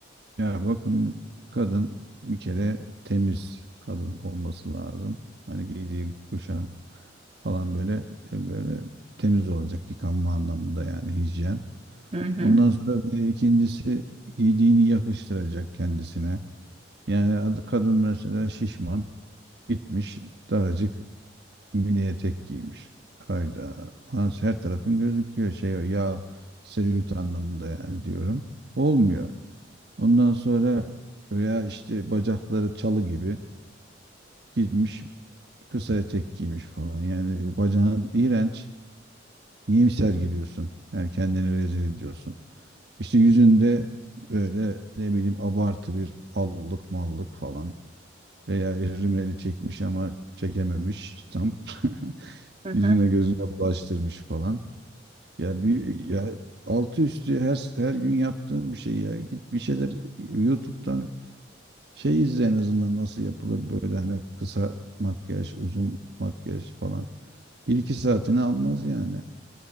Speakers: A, on the right; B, on the right.
A: Ya bakın kadın bir kere temiz kadın olması lazım. Hani giydiği kuşan falan böyle e, böyle temiz olacak yıkanma anlamında yani hijyen.
B: Hı hı.
A: Ondan sonra bir ikincisi giydiğini yakıştıracak kendisine. Yani ad- kadın mesela şişman gitmiş daracık mini etek giymiş. Hayda. Ulan Her tarafın gözüküyor şey ya selülit anlamında yani diyorum. Olmuyor. Ondan sonra veya işte bacakları çalı gibi gitmiş kısa etek giymiş falan. Yani bacağın iğrenç. Niye sergiliyorsun? Yani kendini rezil ediyorsun. İşte yüzünde böyle ne bileyim abartı bir allık mallık falan veya rimeli çekmiş ama çekememiş tam <laughs>
B: Hı
A: yüzüne
B: hı.
A: gözüne bulaştırmış falan. Ya bir ya altı üstü her her gün yaptığım bir şey ya. Git bir şeyler YouTube'dan şey izle en azından nasıl yapılır böyle hani kısa makyaj, uzun makyaj falan. Bir iki saatini almaz yani.